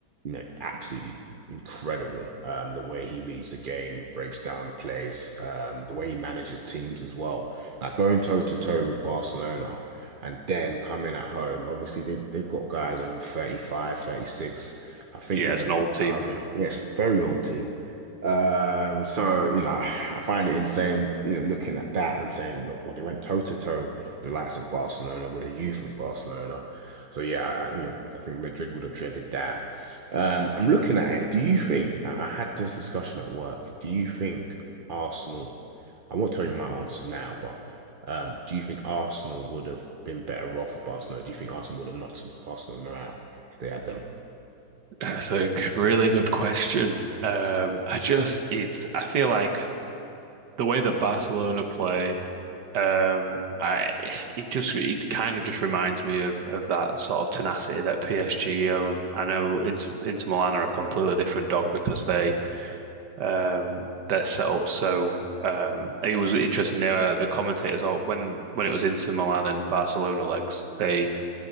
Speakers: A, on the right; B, on the right.
A: You know, absolutely incredible. Um, the way he reads the game, breaks down plays, um, the way he manages teams as well. Like going toe to toe with Barcelona and then coming at home. Obviously, they, they've got guys over 35, 36. I think,
B: yeah,
A: you
B: it's
A: know, Mkhitaryan.
B: an old team.
A: Yes, very old team. Um, so, you know, I find it insane, you know, looking at that and saying, look, well, they went toe to toe with the likes of Barcelona, with the youth of Barcelona. So, yeah, I- you know, I think Madrid would have dreaded that. Um, I'm looking at it. Do you think I I had this discussion at work? Do you think Arsenal? I won't tell you my answer now, but um, do you think Arsenal would have been better off with Barcelona? Do you think Arsenal would have knocked Barcelona out if they had them?
B: <laughs> That's a really good question. Um, I just it's I feel like the way that Barcelona play Um, I it just it kind of just reminds me of of that sort of tenacity that PSG own. I know Inter, Inter Milan are a completely different dog because they um they're set up so um it was interesting the uh, the commentators all when when it was Inter Milan and Barcelona legs they